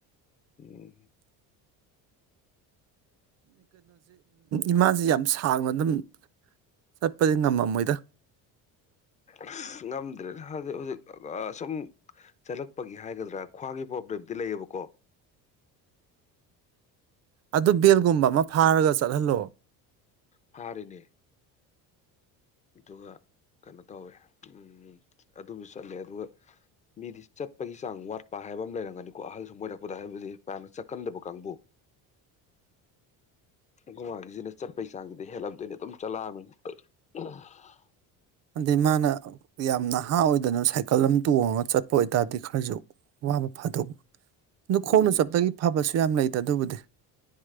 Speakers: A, on the left (about 20°); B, on the right (about 45°).
A: ꯎꯝ
B: ꯏꯃꯥꯥꯁꯨ ꯌꯥꯝ ꯁꯥꯡꯅ ꯑꯗꯨꯝ ꯆꯠꯄꯗꯤ ꯉꯝꯃꯝꯃꯣꯏꯗ
A: ꯑꯁ ꯉꯝꯗ꯭ꯔꯦꯗ ꯍꯧꯖꯤꯛ ꯍꯧꯖꯤꯛ ꯑꯥ ꯁꯨꯝ ꯆꯠꯂꯛꯄꯒꯤ ꯍꯥꯏꯒꯗ꯭ꯔꯥ ꯈꯋ꯭ꯥꯡꯒꯤ ꯄ꯭ꯔꯣꯕ꯭ꯂꯦꯝꯗꯤ ꯂꯩꯌꯦꯕꯀꯣ
B: ꯑꯗꯨ ꯕꯦꯜꯒꯨꯝꯕ ꯑꯃ ꯐꯥꯔꯒ ꯆꯠꯍꯜꯂꯣ
A: ꯐꯥꯔꯤꯅꯦ ꯑꯗꯨꯒ ꯀꯩꯅꯣ ꯇꯧꯋꯦ ꯎꯝ ꯑꯗꯨꯁꯨ ꯆꯠꯂꯦ ꯑꯗꯨꯒ ꯃꯤꯗꯤ ꯆꯠꯄꯒꯤ ꯆꯥꯡ ꯋꯥꯠꯄ ꯍꯥꯏꯕ ꯑꯃ ꯂꯩꯔꯝꯒꯅꯤꯀꯣ ꯑꯍꯜ ꯁꯨꯝ ꯑꯣꯏꯔꯛꯄꯗ ꯍꯥꯏꯕꯗꯤ ꯄꯅ ꯆꯠꯀꯟꯗꯕ ꯀꯥꯡꯕꯨ ꯑꯈꯣꯏ ꯃꯥꯒꯤꯁꯤꯅ ꯆꯠꯄꯒꯤ ꯆꯥꯡꯁꯤꯗꯤ ꯍꯦꯜꯂꯝꯗꯣꯏꯅꯤ ꯑꯗꯨꯝ ꯆꯠꯂꯛꯑꯝꯅꯤꯅ ꯑ
B: ꯑꯗꯩ ꯃꯥꯅ ꯌꯥꯝ ꯅꯍꯥ ꯑꯣꯏꯗꯅ ꯁꯥꯏꯀꯜ ꯑꯃ ꯇꯣꯡꯉꯒ ꯆꯠꯄ ꯑꯣꯏꯇꯥꯔꯗꯤ ꯈꯔꯁꯨ ꯋꯥꯕ ꯐꯥꯗꯧꯕ ꯑꯗꯨ
A: ꯎꯝ
B: ꯈꯣꯡꯅ ꯆꯞꯄꯒꯤ ꯐꯕꯁꯨ ꯌꯥꯝ ꯂꯩ ꯑꯗꯨꯕꯨꯗꯤ